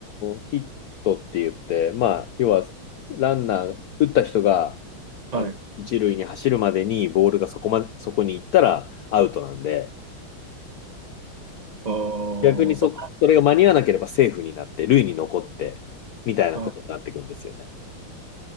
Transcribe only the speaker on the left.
ーヒットって言って、まあ、要は、ランナー、打った人が、
あの、一塁に走るまでにボールがそこま、そこに行ったらアウトなんで、
逆にそ、それが間に合わなければセーフになって、塁に残って、みたいなことになってくんですよね。